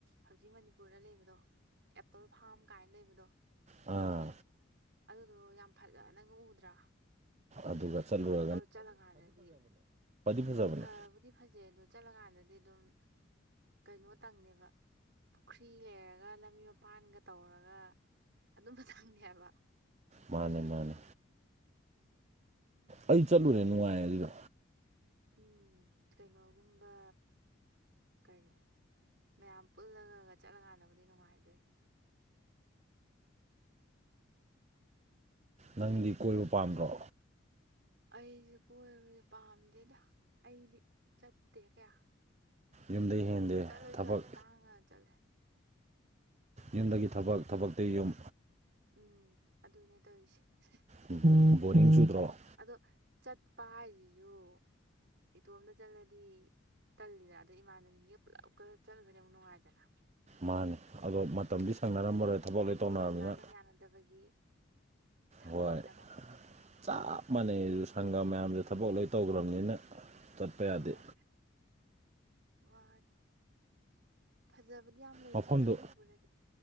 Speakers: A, on the right; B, on the right.
A: ꯍꯧꯖꯤꯛ ꯃꯅꯤꯄꯨꯔꯗ ꯂꯩꯕꯗꯣ ꯑꯦꯄꯜ ꯐꯥꯝ ꯀꯥꯏꯅ ꯂꯩꯕꯗꯣ
B: ꯑꯥ
A: ꯑꯗꯨꯗꯣ ꯌꯥꯝ ꯐꯖꯅꯒ ꯎꯗ꯭ꯔꯥ
B: ꯑꯗꯨꯒ ꯆꯠꯂꯨꯔꯥ
A: ꯑꯗꯨ ꯆꯠꯂꯀꯥꯟꯗꯗꯤ
B: ꯐꯖꯕꯅꯦ
A: ꯐꯕꯨꯗꯤ ꯐꯖꯩ ꯑꯗꯨ ꯆꯠꯂꯀꯥꯟꯗꯗꯤ ꯗꯨꯝ ꯀꯩꯅꯣ ꯇꯪꯅꯦꯕ ꯄꯨꯈ꯭ꯔꯤ ꯂꯩꯔꯒ ꯂꯝꯕꯤ ꯃꯄꯥꯟꯒ ꯇꯧꯔꯒ ꯑꯗꯨꯝꯕ ꯇꯡꯅꯦ ꯍꯥꯏꯕ
B: ꯃꯥꯅꯦ ꯃꯥꯅꯦ ꯑꯩ ꯆꯠꯂꯨꯔꯦ ꯅꯨꯡꯉꯥꯏ ꯑꯗꯨꯗꯣ
A: ꯎꯝ ꯀꯩꯅꯣꯒꯨꯝꯕ ꯀꯔꯤ ꯃꯌꯥꯝ ꯄꯨꯜꯂꯒ ꯆꯠꯂꯀꯥꯟꯗꯕꯨꯗꯤ ꯅꯨꯡꯉꯥꯏꯗꯣꯏꯅꯤ
B: ꯅꯪꯗꯤ ꯀꯣꯏꯕ ꯄꯥꯝꯗ꯭ꯔꯣ
A: ꯑꯩꯁꯦ ꯀꯣꯏꯕꯁꯦ ꯄꯥꯝꯗꯦꯗ ꯑꯩꯗꯤ ꯆꯠꯇꯦ ꯀꯌꯥ
B: ꯌꯨꯝꯗꯩ ꯍꯦꯟꯗꯦ
A: ꯆꯠꯂꯖꯨ
B: ꯊꯕꯛ
A: ꯌꯥꯝ ꯇꯥꯡꯅ ꯆꯠꯂꯦ
B: ꯌꯨꯝꯗꯒꯤ ꯊꯕꯛ ꯊꯕꯛꯇꯒꯤ ꯌꯨꯝ
A: ꯎꯝ ꯑꯗꯨꯅꯦ ꯇꯧꯔꯤꯁꯦ <unintelligible>
B: <unintelligible> ꯕꯣꯔꯤꯡ ꯆꯨꯗ꯭ꯔꯣ
A: ꯑꯗꯣ ꯆꯠꯄ ꯍꯥꯏꯁꯤꯌꯣ ꯏꯇꯣꯝꯇ ꯆꯠꯂꯗꯤ ꯇꯜꯂꯤꯗꯅ ꯑꯗꯣ ꯏꯃꯥꯟꯅꯕꯤꯒ ꯄꯨꯂꯞꯀ ꯆꯠꯂꯒꯗꯤ ꯑꯃꯨꯛ ꯅꯨꯡꯉꯥꯏꯗꯅ
B: ꯃꯥꯅꯤ ꯑꯗꯣ ꯃꯇꯝꯗꯤ ꯁꯪꯅꯔꯝꯃꯔꯣꯏ ꯊꯕꯛ ꯂꯣꯏ ꯇꯧꯅꯔꯕꯅꯤꯅ
A: ꯑ ꯍꯧꯖꯤꯛꯀꯥꯟ ꯑꯗꯨꯝ ꯌꯥꯅꯗꯕꯒꯤ ꯁꯪꯅꯗꯕ
B: ꯍꯣꯏ ꯆꯞ ꯃꯥꯟꯅꯩ ꯑꯗꯨ ꯁꯪꯒꯥ ꯃꯌꯥꯝꯁꯤꯁꯨ ꯊꯕꯛ ꯂꯣꯏ ꯇꯧꯈ꯭ꯔꯕꯅꯤꯅ ꯆꯠꯄ
A: ꯍꯣꯏ
B: ꯌꯥꯗꯦ
A: ꯃꯥꯅꯦ ꯐꯖꯕꯗꯤ ꯌꯥꯝ ꯂꯩꯕꯅꯤꯗ
B: ꯃꯐꯝꯗꯣ
A: ꯃꯅꯤꯄꯨꯔꯗꯗꯤ